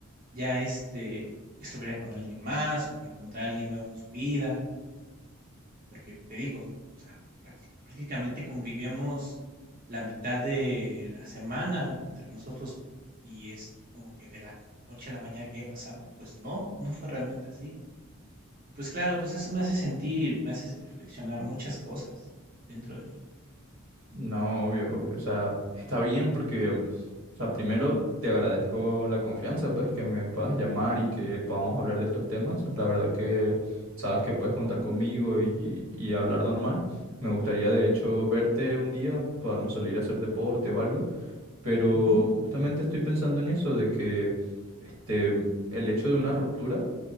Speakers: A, on the right; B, on the right.
A: ya este, estuviera con alguien más o que encontrara a alguien nuevo en su vida, porque te digo, o sea, prácti- prácticamente convivíamos la mitad de la semana entre nosotros y es como que de la noche a la mañana que haya pasado, pues no, no fue realmente así. Y pues claro, pues eso me hace sentir y me hace reflexionar muchas cosas dentro de mí.
B: No, obvio, obvio. O sea, está bien porque O sea, primero te agradezco la confianza, pues, que me puedas llamar y que podamos hablar de estos temas. La verdad que sabes que puedes contar conmigo y, y hablar normal. Me gustaría, de hecho, verte un día, podemos salir a hacer deporte o algo, pero
A: Ujú,
B: justamente estoy pensando en eso, de que este, el hecho de una ruptura